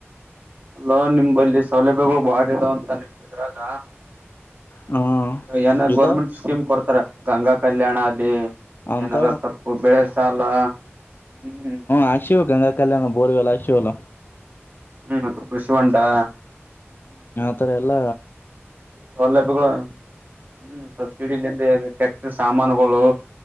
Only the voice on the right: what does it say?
ಅಲ್ಲ ನಿಮಲ್ಲಿ ಸೌಲಭ್ಯಗಳು ಬಾಾವ ನಿಮ್ ಇದ್ರಾಗ
ಏನ
ಗೌರ್ಮೆಂಟ್ ಸ್ಕೀಮ್ ಕೊಡ್ತಾರ ಗಂಗಾ ಕಲ್ಯಾಣ ಅಲ್ಲಿ
ಏನಾರ ಸ್ವಲ್ಪ ಬೆಳೆ ಸಾಲ ಹ್ಮ್
ಹ್ಮ್ದು ಕೃಷಿಿವಟಾ
ಸೌಲಭ್ಯಗಳು ಹ್ಮ್ ಸಬ್ಸಿಡಿ ಇಲ್ಲ ಟ್ಯಾಕ್ಟರ್ ಸಾಮಾನುಗಳು